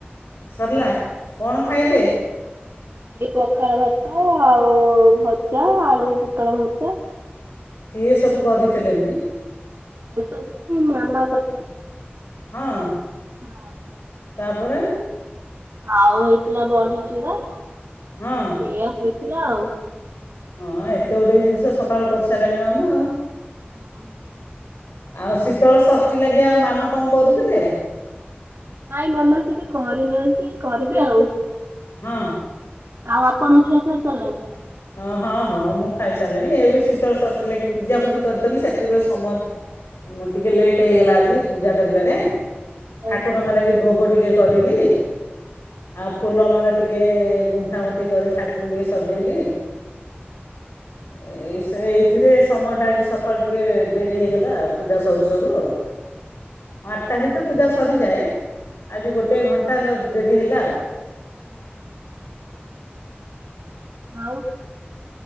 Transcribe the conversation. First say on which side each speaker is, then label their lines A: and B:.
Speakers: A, on the left; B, on the right.
A: ସରିଲା। କ'ଣ
B: ଆଜ୍ଞା।
A: ଖାଇଲେ
B: ଏଇ ପଖାଳ ଭାତ ଆଉ ଭଜା ଆଳୁ ପୋଟଳ ଭଜା।
A: କିଏ ସବୁ କରିଥିଲେ ଏମତି।
B: ଏ ସବୁ ମାମା କ
A: ହଁ।
B: ହଁ।
A: ତାପରେ
B: ଆଉ ହେଇଥିଲା ବଡ଼ିଚୁରା।
A: ହଁ।
B: ଏଇଆ ହେଇଥିଲା ଆଉ।
A: ହଁ ଏତେ ଗୁଡ଼ିଏ ଜିନିଷ ସକାଳୁ କରିସାରିଲାଣି ମାମା ଆଉ।
B: ହଁ।
A: ଆଉ ଶୀତଳ ଷଷ୍ଠୀ ଲାଗି ଆଉ ମାମା କଣ କରୁଥିଲେ।
B: ନାଇଁ ମାମା କିଛି କରିନାହାନ୍ତି କରିବେ ଆଉ
A: ହଁ।
B: ଆଉ ଆପଣଙ୍କ ଖିଆ ପିଆ ସରିଲାଣି।
A: ହଁ ହଁ ହଁ ମୁଁ ଖାଇସାରିଲିଣି ଏବେ ଶୀତଳ ଷଷ୍ଠୀ ଲାଗି ପୂଜାପୂଜି କରିଦେଲି ସେତେବେଳେ ସମସ୍ତ ମୁଁ ଟିକିେ ଲେଟ୍ ହେଇଗଲା ଆଜି ପୂଜା କରିବାରେ
B: ଓହୋ
A: ଠାକୁରଙ୍କ ଲାଗି ଭୋଗ ଟିକେ କରିଲି। ଆଉ ଫୁଲମାଳ ଟିକେ ଗୁନ୍ଥାଗୁନ୍ଥି କରି ଠାକୁରଙ୍କୁ ଟିକେ ସଜେଇଲି।
B: <inaudible>
A: ଏ ସେ ଏଇଥିରେ ସମୟଟା ଆଜି ସକାଳୁ ଟିକେ ଡେରି ହୋଇଗଲା ଆଉ ପୂଜା ସରୁ ସରୁ ଆଉ ହଁ ଆଠଟା ଭିତରେ ପୂଜା ସରିଯାଏ ଆଜି ଗୋଟେ ଘଣ୍ଟା ହେଲା ଡେରି ହେଲା ଆଉ।
B: <inaudible> ଆଉ